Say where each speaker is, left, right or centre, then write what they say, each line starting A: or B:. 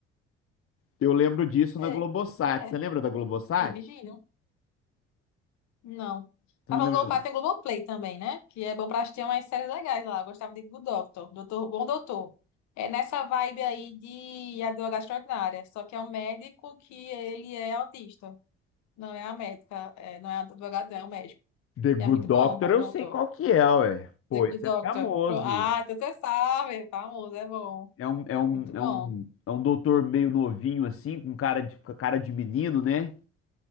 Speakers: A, on the left; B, on the left.
A: Eu lembro disso
B: Sei.
A: na Globosat.
B: É,
A: Você lembra da Globosat?
B: dividiram. Não.
A: Você
B: A
A: não
B: Globopar
A: lembra?
B: tem Globoplay também, né? Que é bom pra assistir umas séries legais lá. Eu gostava de Good Doctor, Doutor, Bom Doutor. É nessa vibe aí de advogada extraordinária. Só que é um médico que ele é autista. Não é a médica, é, não é a advogada, é o médico.
A: The Good
B: E é muito
A: Doctor,
B: bom, Bom
A: eu
B: Doutor.
A: sei qual que é, ué. Pô,
B: The Good
A: isso
B: Doctor.
A: é famoso.
B: Pro- Ah, então você sabe. Famoso, é bom.
A: É um, é um,
B: Muito bom.
A: é um, é um doutor meio novinho, assim, com cara de, com cara de menino, né?